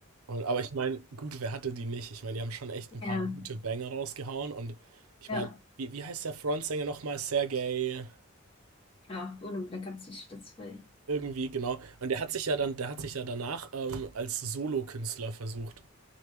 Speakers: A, on the right; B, on the left.
A: Und, aber ich meine, gut, wer hatte die nicht? Ich meine, die haben schon echt ein
B: ja,
A: paar gute Banger rausgehauen. Und ich
B: ja.
A: meine, wie, wie heißt der Frontsänger nochmal? Sergej,
B: Ja, gut, da kannst du nicht das will.
A: irgendwie, genau. Und der hat sich ja dann, der hat sich ja danach ähm, als Solokünstler versucht.